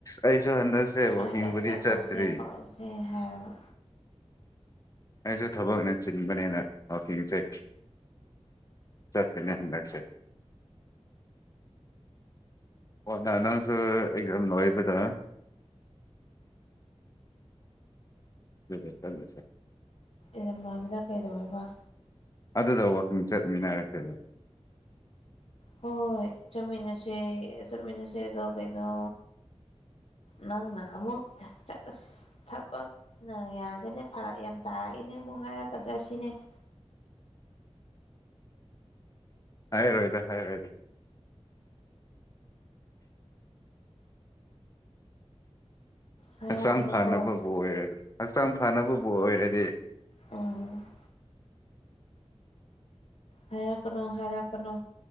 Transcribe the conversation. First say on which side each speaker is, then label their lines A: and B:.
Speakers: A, on the left (about 30°); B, on the left (about 60°).
A: ꯑꯩꯁꯨ ꯍꯟꯗꯛꯁꯦ
B: ꯑꯁꯨꯃꯥꯏꯅ
A: ꯋꯥꯛꯀꯤꯡꯕꯨꯗꯤ
B: ꯆꯠꯇꯧꯁꯦ
A: ꯆꯠꯇ꯭ꯔꯤ
B: ꯈꯣꯠꯂꯁꯦ ꯍꯥꯏꯔꯒ꯫
A: ꯅꯡꯁꯨ ꯊꯕꯛꯅ ꯆꯤꯟꯕꯅꯦꯅ ꯋꯥꯀꯤꯡꯆꯠ ꯆꯠꯀꯅꯤ ꯍꯗꯛꯁꯦ꯫ ꯑꯣ ꯅ ꯅꯪꯁꯨ ꯑꯦꯛꯖꯥꯝ ꯂꯣꯏꯕꯗ꯫ ꯗꯨꯒ ꯆꯠꯂꯨꯁꯦ ꯫
B: ꯑꯦꯖꯥꯝ ꯂꯣꯏꯕꯗ ꯀꯩꯗꯧꯋꯦꯕ꯫
A: ꯑꯗꯨꯗ ꯋꯥꯛꯀꯤꯡ ꯆꯠꯃꯤꯟꯅꯔꯁꯦꯕ ꯫
B: ꯍꯣꯏ ꯆꯠꯃꯤꯟꯅꯁꯦ ꯆꯠꯃꯤꯟꯅꯁꯦ ꯑꯗꯣ ꯀꯩꯅꯣ꯫ ꯅꯪꯅ ꯑꯃꯨꯛ ꯆ ꯆ ꯑꯁ ꯊꯕꯛ꯫ ꯅ ꯌꯥꯗꯦꯅꯦ ꯐꯔꯛ ꯌꯥꯝ ꯇꯥꯔꯛꯏꯅꯦ ꯑꯃꯨꯛ ꯍꯥꯏꯔꯛꯀꯗ꯭ꯔ ꯁꯤꯅꯤ ꯫
A: ꯍꯥꯏꯔꯣꯏꯗ ꯍꯥꯏꯔꯣꯏꯗ꯫
B: ꯍꯥꯏꯔꯛꯀꯅꯨꯀꯣ
A: ꯍꯛꯆꯥꯡ ꯐꯅꯕꯕꯨ ꯑꯣꯏꯔ ꯍꯛꯆꯥꯡ ꯐꯅꯕꯕꯨ ꯑꯣꯏꯔꯗꯤ
B: ꯎꯝ ꯍꯥꯏꯔꯛ ꯀꯅꯣ ꯍꯥꯏꯔꯛ ꯀꯩꯅꯣ